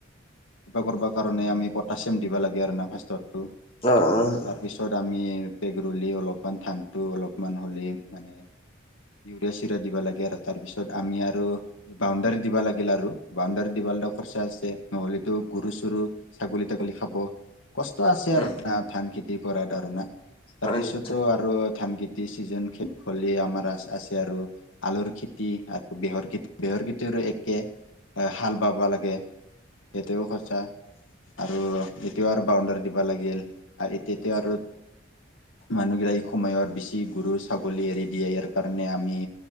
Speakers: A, on the left; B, on the left.
A: কিবা কৰিবা কাৰণে আমি পটাচিয়াম দিবা লাগে আৰু ন ফটো।
B: উম, উম।
A: তাৰপিছত আমি পেগৰুলী অলপমান ধঠানটো অলপমান হ'লে মানে ইউৰিয়া চিৰিয়া দিবা লাগে আৰু তাৰ পিছত আমি আৰু বাউণ্ডাৰী দিব লাগিল আৰু বাউণ্ডাৰী দিব খৰচা আছে নহ'লেতো গৰু, চৰু, ছাগলী, তাগলী খাব কষ্ট আছে আৰু
B: উম
A: ন ধান খেতি কৰাাৰ ধাৰণা তাৰপিছত
B: অ নিশ্চয়
A: টো আৰু ধান খেতি চিজন খলে আমাৰ আছে আৰু আলুৰ খেতি আৰু হৰ বিহৰ কতিৰো একে হাল বাবা লাগে। এতিও খৰচা আৰু এতিয়া আৰু বাউণ্ডাৰী দিব লাগিল এতিয়া আৰু। মানুহগিলাক এই সময়ত বেছি গৰু-ছাগলী এৰি দিয়ে ইয়াৰ কাৰণে আমি